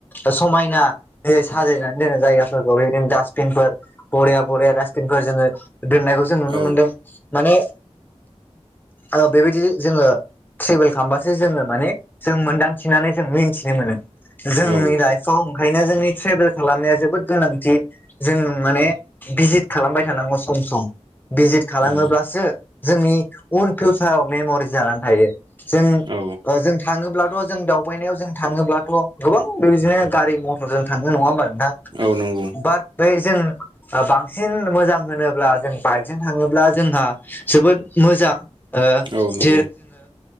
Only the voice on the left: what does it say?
ओ समायनायै साजायनानै दोनो जायगाफोरखौ। बेबिदिनो डास्टबिनफोर बरिया बरिया रासटबिन फोर जोङो दोननायखौ जों नुनो
मोनदों। माने ओ बेबायदि जोङो ट्रेभेल खामबासो जोङो माने जों मोनदांथिनानै जों मिन्थिनो मोनो। जोंनि
लाइफआव ओंखायनो जोंनि ट्रेभेल खालामनाया जोबोद गोनांथि। जोंनुं माने भिजित खालामबाय थानांगौ सम सम। भिजित खालामोब्लासो
जोंनि उन फिउसाराव मेमरिस जानानै थायो। जों
ओ जों थाङोब्लाथ' जों दावबायनायाव जों थाङोब्लाथ' गोबां बेबायदिनो गारि मथरजों थांनो नङा होमबा नोंथां।
बाट बै जों ओ बांसिन मोजां होनोब्ला जों बाइकजों थाङोब्ला जोंहा जोबोद मोजां ओ
जेरै जोङो